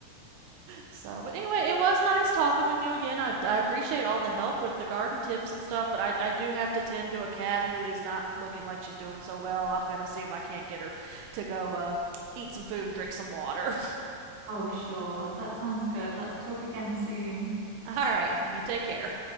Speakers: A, on the right (about 85°); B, on the right (about 65°).
A: So, but anyway, it was nice talking with you again. I, I appreciate all the help with the garden tips and stuff, but I, I do have to tend to a cat who is not looking like she's doing so well. I'm going to see if I can't get her to go uh, eat some food and drink some water.
B: Oh, sure. That sounds good. Let's talk again soon.
A: <laughs> All right, you take care.